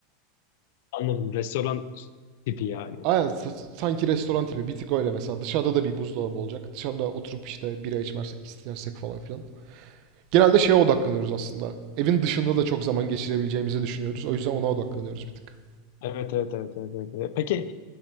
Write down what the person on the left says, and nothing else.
Anladım. Restoran tipi yani.
Evet, evet, evet, evet, evet. evet. Peki